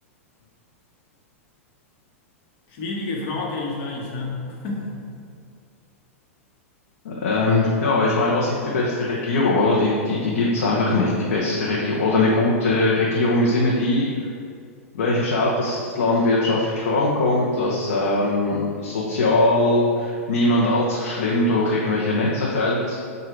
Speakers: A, on the left; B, on the left.
A: Schwierige Frage, ich weiß. Hä? <laughs>
B: Ähm, ja, ich meine, was ist die beste Regierung, oder? Die, die, die gibt's einfach nicht, die beste Regierung. Oder eine gute Regierung ist immer die, welche schaut, dass das Land wirtschaftlich vorankommt, dass ähm, sozial niemand allzu schlimm durch irgendwelche Netze fällt.